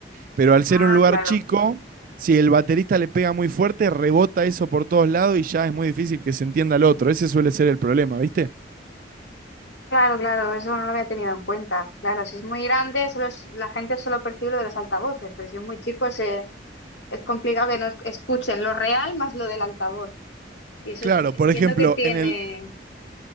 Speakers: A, on the right; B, on the left.
A: Pero al ser
B: Ah,
A: un lugar
B: claro.
A: chico, si el baterista le pega muy fuerte, rebota eso por todos lados y ya es muy difícil que se entienda al otro. Ese suele ser el problema, ¿viste?
B: Claro, claro, eso no lo había tenido en cuenta. Claro, si es muy grande, solo es- la gente solo percibe lo de los altavoces, pero si es muy chico se, es complicado que no es- escuchen lo real más lo del altavoz. Y eso
A: Claro,
B: entiendo
A: por ejemplo,
B: que tiene,
A: en el.